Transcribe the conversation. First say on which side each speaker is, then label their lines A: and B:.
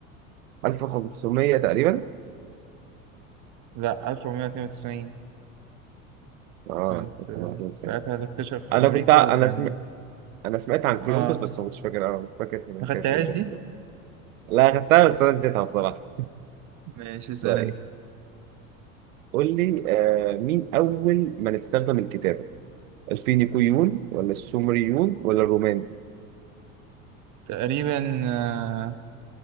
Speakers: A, on the right; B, on the right.
A: 1500 تقريبا
B: لا 1492
A: اه
B: كانت
A: 1500
B: آه،
A: سنة
B: ساعتها اللي اكتشف في
A: أنا
B: امريكا
A: كنت ع-
B: وكان
A: أنا سم... أنا سمعت عن كولومبوس
B: اه
A: بس ما كنتش فاكر أنا مش فاكر
B: ما خدتهاش
A: كانت إمتى بالظبط
B: دي
A: لا خدتها بس أنا نسيتها بصراحة
B: ماشي اسال
A: طيب
B: انت
A: قول لي آه مين أول من استخدم الكتابة الفينيقيون ولا السومريون ولا الرومان
B: تقريبا آه،